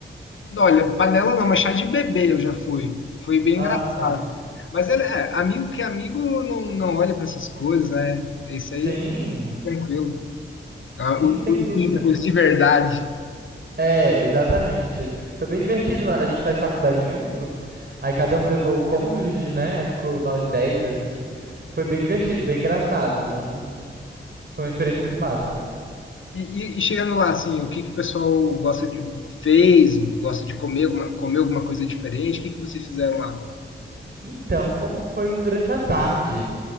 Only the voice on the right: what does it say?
Ah,
sim.
Sim,
sim,
sem
dúvida.
É, exatamente. Foi bem divertido. né? A gente faz faculdade junto. Aí cada um levou o cônjuge, né? Aí ficou nós 10, assim. Foi bem divertido, bem engraçado. Não. Foi uma experiência muito massa.
Então, como foi durante a tarde?